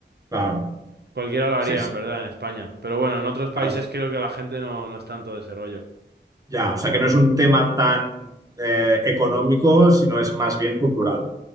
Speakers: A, on the right (about 20°); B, on the right (about 60°).
A: claro,
B: cualquiera lo haría
A: sí, sí,
B: en verdad en España. Pero bueno, en otros países
A: claro.
B: creo que la gente no, no es tanto de ese rollo.
A: Ya, o sea que no es un tema tan eh, económico, sino es más bien cultural.